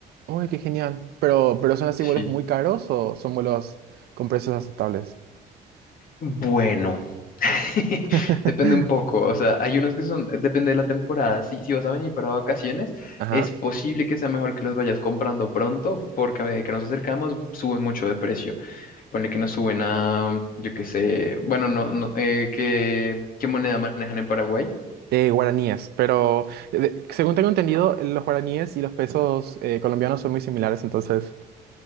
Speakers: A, on the right (about 70°); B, on the left (about 55°).
A: Uy, qué genial. Pero, pero ¿son así
B: Sí.
A: vuelos muy caros o son vuelos con precios aceptables?
B: Bueno, <laughs>
A: <laughs>
B: depende un poco, o sea, hay unos que son, depende de la temporada. Si, si vas a venir para vacaciones,
A: Ajá.
B: es posible que sea mejor que los vayas comprando pronto, porque a medida que nos acercamos, suben mucho de precio. Ponle que nos suben a, yo qué sé, bueno, no, no, eh, ¿qué, qué moneda manejan en Paraguay?
A: Eh, guaraníes, pero eh, de- según tengo entendido, los guaraníes y los pesos eh, colombianos son muy similares, entonces